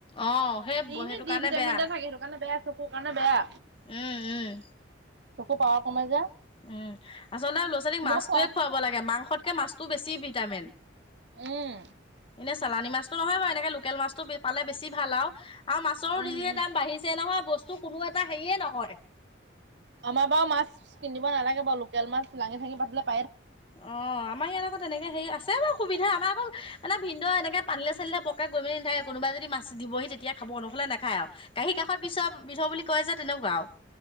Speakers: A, on the left; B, on the right.
A: অ সেই
B: ই
A: সেইটো
B: নে দি
A: কাৰণে
B: ভিটামিন
A: বেয়া
B: এটা থাকে সেইটো কাৰণে বেয়া, চকুৰ কাৰণে বেয়া।
A: উম-উম!
B: চকুৰ পাৱাৰ কমে যে।
A: উম আচলতে ল'ৰা-ছোৱালীক মাছটোৱে
B: মই খোৱা
A: খুৱাব লাগে, মাংসতকে মাছটো বেছি ভিটামিন।
B: উম
A: এনে চালানী মাছটো নহয় বাৰু এনেকে লোকেল মাছ <unintelligible> পালে বেছি ভাল আও আৰু মাছৰো
B: উম
A: যিহে
B: উম
A: দাম বাঢ়িছে নহয়, বস্তু কোনো এটা হেৰিয়ে নহয়। <inaudible>
B: আমাৰ বাৰু মাছ কিনিব নালাগে লোকেল মাছ লাঙি-থাঙি পা <unintelligible>
A: অ আমাৰ ইয়াত আকৌ তেনেকে হেৰি আছে বাৰু সুবিধা আমাৰ অকল মানে ভিন্ন এনেক পানী-চানিলে বৰকে গৈ মেলি নাথাকে, কোনোবাই যদি মাছ দি দিবহি তেতিয়া খাব নহলে নেখায় আৰু কাঁহীৰ কাষত বিচৰা বিধৰ বুলি কয় যে তেনেকুৱা আৰু।